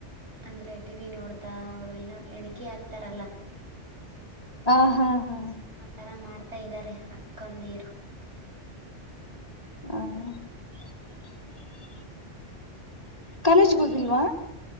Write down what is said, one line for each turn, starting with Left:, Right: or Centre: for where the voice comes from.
Right: ಅಂದ್ರೆ ಟಿವ ವಿ ನೋಡ್ತಾ ಅವರು ಏನೋ ಎಣಿಕೆ ಆಕ್ತಾರಲ್ಲ
Left: ಹಾ ಹಾ ಹಾ
Right: ಆತರ ಮಾಡ್ತಾ ಇದ್ದಾರೆ ಅಕ್ಕಂದೀರು
Left: ಹ ಕಾಲೇಜ್ಗ ಹೋಗಿಲ್ವಾ
Right: ನೀ